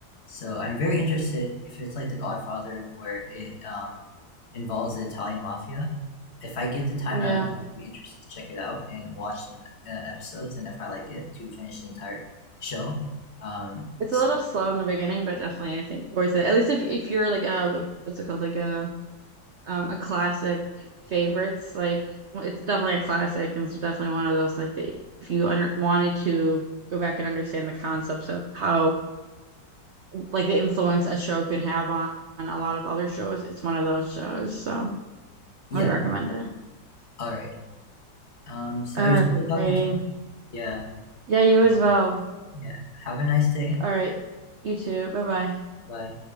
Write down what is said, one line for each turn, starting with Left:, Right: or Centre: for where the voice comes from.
Left: So I'm very interested if it's like The Godfather, where it um, involves the Italian mafia. If I get the time,
Right: Yeah.
Left: I would definitely be interested to check it out and watch some uh, episodes, and if I like it, to finish the entire show. Um,
Right: It's
Left: so
Right: a little slow in the beginning, but definitely I think worth it. At least if if you're like a what's it called? Like a um a classic favorites, like well, it's definitely a classic and it's definitely one of those like that if you under wanted to go back and understand the concepts of how like the influence a show could have on, on a lot of other shows. It's one of those shows, so
Left: yeah,
Right: I would recommend it.
Left: all right. Um, so
Right: All
Left: it was good talking
Right: righty.
Left: to you. Yeah,
Right: Yeah, you
Left: um,
Right: as well.
Left: yeah. Have a nice day.
Right: All right. You too. Bye bye.
Left: Bye.